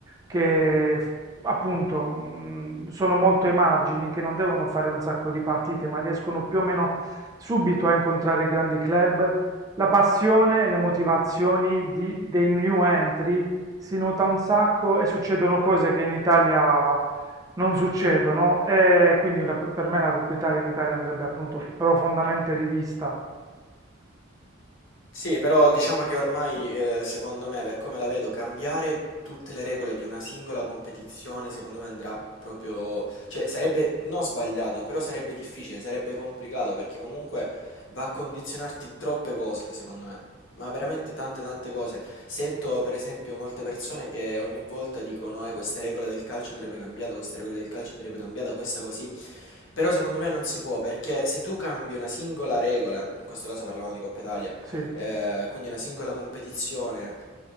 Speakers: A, on the right; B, on the left.
A: che f- appunto mh, sono molto ai margini, che non devono fare un sacco di partite, ma riescono più o meno subito a incontrare grandi club, la passione e le motivazioni di- dei new entry si nota un sacco e succedono cose che in Italia non succedono e quindi una- per me la Coppa Italia in Italia andrebbe appunto profondamente rivista.
B: Sì, però diciamo che ormai, eh, secondo me, per come la vedo, cambiare tutte le regole di una singola competizione, secondo me andrà proprio, cioè sarebbe non sbagliato, però sarebbe difficile, sarebbe complicato perché comunque va a condizionarti troppe cose, secondo me. Ma veramente tante tante cose. Sento per esempio molte persone che ogni volta dicono, eh, questa regola del calcio andrebbe cambiata, questa regola del calcio andrebbe cambiata, questa così. Però secondo me non si può, perché se tu cambi una singola regola, in questo caso parlavamo di Coppa Italia,
A: Sì.
B: eh, quindi una singola competizione.